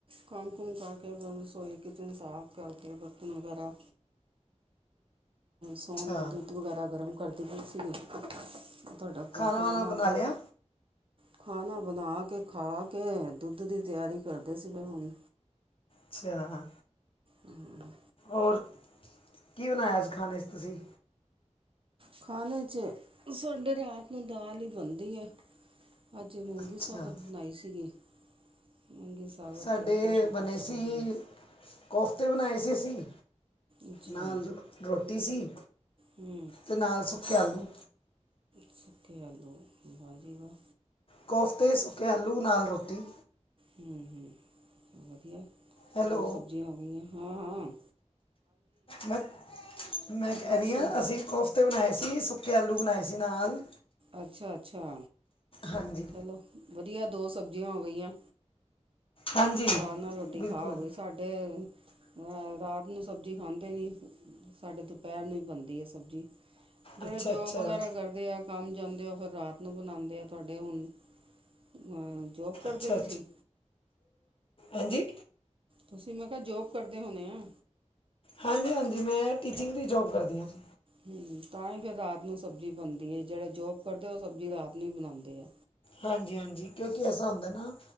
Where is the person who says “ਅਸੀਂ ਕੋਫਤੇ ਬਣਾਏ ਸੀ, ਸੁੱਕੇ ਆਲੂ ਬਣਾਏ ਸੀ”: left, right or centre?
Left